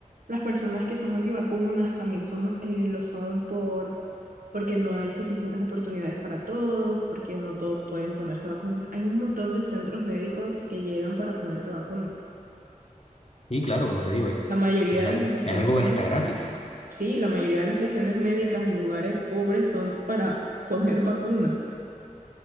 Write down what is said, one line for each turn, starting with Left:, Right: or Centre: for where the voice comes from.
Right: las personas que son antivacunas también son, eh, lo son por, porque no hay suficientes oportunidades para todos, porque no todos pueden ponerse vacunas. Hay un montón de centros médicos que llegan para ponerte vacunas.
Left: Y claro, como te digo, es,
Right: La mayoría
Left: es,
Right: de
Left: al-
Right: las misiones
Left: es algo
Right: médicas,
Left: hasta gratis.
Right: sí, la mayoría de las misiones médicas en lugares pobres son para poner vacunas.